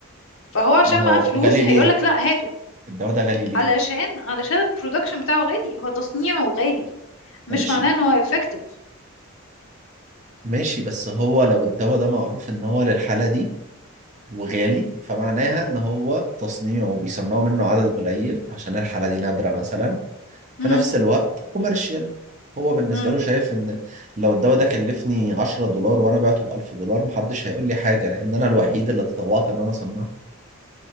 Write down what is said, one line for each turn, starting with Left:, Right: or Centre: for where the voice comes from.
Left: فهو عشان
Right: ما هو
Left: معاه فلوس
Right: غالي ليه
Left: هيقولك لا هاته
Right: الدواء ده غالي ليه
Left: علشان علشان البرودكشن بتاعه غالي هو تصنيعه غالي مش
Right: ماشي
Left: معناه ان هو effective
Right: ماشي بس هو لو الدواء ده معروف ان هو للحالة دي وغالي فمعناها ان هو تصنيعه بيصنعوا منه عدد قليل عشان الحالة دي نادرة مثلا
Left: مم.
Right: في نفس الوقت كوميرشال هو بالنسبة
Left: مم.
Right: له شايف ان لو الدواء ده كلفني 10 دولار وانا بعته ب 1000 دولار محدش هيقول لي حاجة لان انا الوحيد اللي تطوعت ان انا اصنعه